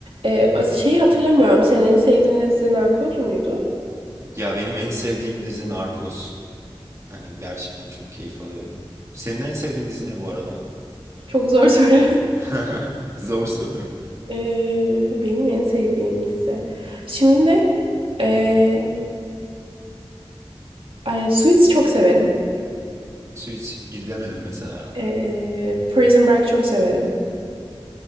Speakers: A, on the right (about 65°); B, on the right (about 30°).
A: Ee, şeyi hatırlamıyorum. Senin en sevdiğin dizi Narkoz muydu?
B: ya benim en sevdiğim dizi Narcos. Hani gerçekten çok keyif alıyorum. Senin en sevdiğin dizi ne bu arada?
A: Çok zor soru. <laughs>
B: <laughs> Zor soru.
A: Ee, benim en sevdiğim dizi. Şimdi ee, ay, Suits çok severim.
B: Su hiç izlemedim mesela.
A: Ee, Prison Break çok severim.